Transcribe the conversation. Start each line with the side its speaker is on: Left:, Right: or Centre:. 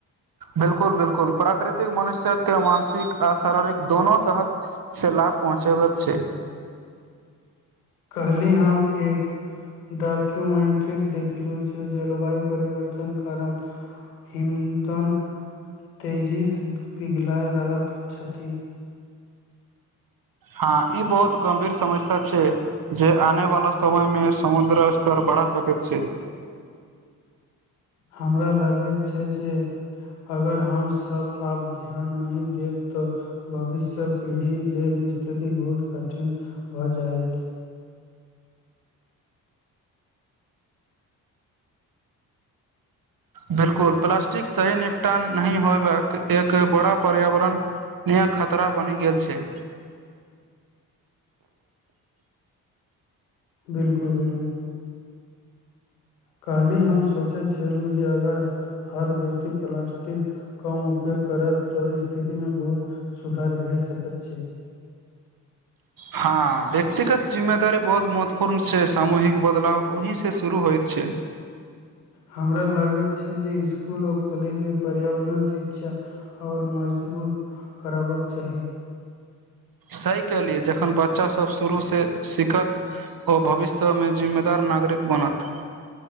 Right: बिल्कुल बिल्कुल प्राकृतिक मनुष्यकके मानसिक आ शारीरिक दोनो तहत से लाभ पहुँचबैत छै
Left: कहली हम एक डॉक्यूमेंट्री देखलूं जे जलवायु परिवर्तन कारण हिन्दन तेजीस पिघलाइ रहैत छथि
Right: हँ ई बहुत गम्भीर समस्या छै जे आने वाला समय मे समुद्र स्तर बढ़ा सकैत छै।
Left: हमरा लागैत छै जे अगर हम सब आब ध्यान नहि देब तऽ भविष्य पीढ़ी लेल स्थिति बहुत कठिन भऽ जायत
Right: बिलकुल प्लास्टिक सही निपटान नहि होयबाक एक बड़ा पर्यावरण नया खतरा बनि गेल छै
Left: बिलकुल बिलकुल कल्हि हम सोचे छेलू जे अगर हर व्यक्ति प्लास्टिक कम उपयोग करत तऽ स्थितिमे बहुत सुधार भए सकैत छै
Right: हँ व्यक्तिगत जिम्ममेदारी बहुत महत्व पूर्ण छै सामूहिक बदलाव ओहि से शुरू होइत छै।
Left: हमरा लागे छै जे इस्कूल आओर कॉलेज मे पर्यावरण शि क्षा आओर मजबूत करबाक चाही।
Right: सही केलिए जखन बच्चासभ शुरूसे सिखत ओ भविष्य मे जिम्मेदार नागरिक बनत